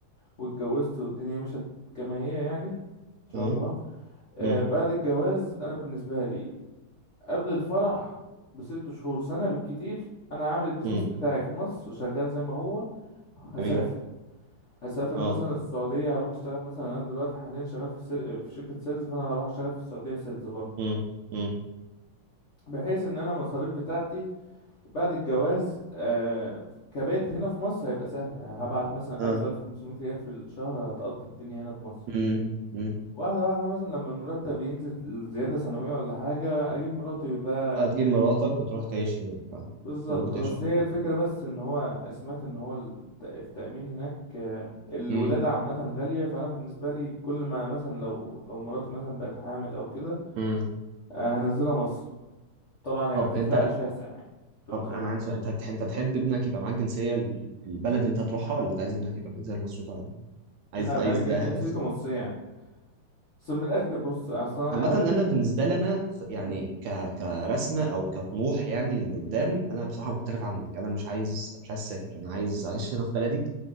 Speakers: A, on the left; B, on the right.
A: واتجوزت والدنيا مشت كما هي يعني إن شاء
B: مم.
A: الله آه
B: مم.
A: بعد الجواز أنا بالنسبة لي قبل الفرح بست شهور سنة بالكتير أنا عامل البيزنس
B: مم.
A: بتاعي في مصر شغال زي ما هو هسافر
B: جميل
A: هسافر
B: اه
A: مثلا السعودية هروح أشتغل مثلا أنا دلوقتي حاليا شغال في, السل... في شركة سيلز فأنا هروح أشتغل في السعودية سيلز برضه
B: مم. مم.
A: بحيث إن أنا المصاريف بتاعتي بعد الجواز آه... كبيت هنا في مصر هيبقى سهل يعني هبعت مثلا
B: اه
A: ألف ألف خمسمية ريال في الشهر هتقضي الدنيا هنا في مصر
B: مم. مم.
A: واحدة واحدة مثلا لما المرتب ينزل زيادة سنوية ولا حاجة أجيب مراتي بقى
B: تبقى تجيب مراتك وتروح تعيش هناك اه
A: بالظبط
B: كلكم تعيشوا
A: بس هي الفكرة بس ان هو سمعت ان هو الت- التأمين هناك آه، الولادة
B: هناك
A: عامة غالية فانا بالنسبة لي كل ما مثلا لو لو مراتي مثلا بقت حامل او كده
B: مم.
A: آه، هنزلها مصر طبعا هيبقى
B: طب
A: في
B: انت
A: فرق شاسع يعني في المصاريف
B: طب انا عندي سؤال انت هتح- انت تحب ابنك يبقى معاك جنسيه ال- البلد اللي انت هتروحها ولا انت عايز ابنك يبقى بالجنسيه المصريه عادي عايز
A: لا
B: عايز
A: بقى ج-
B: ده
A: جنسيته
B: هدف
A: مصرية يعني بس من الاخر بص اصلا
B: عامه
A: هدفي
B: انا بالنسبه لي انا خ- يعني
A: مم.
B: ك كرسمه او كطموح يعني اللي قدام انا بصراحه مختلف عنك انا مش عايز مش عايز اسافر انا عايز اعيش هنا في بلدي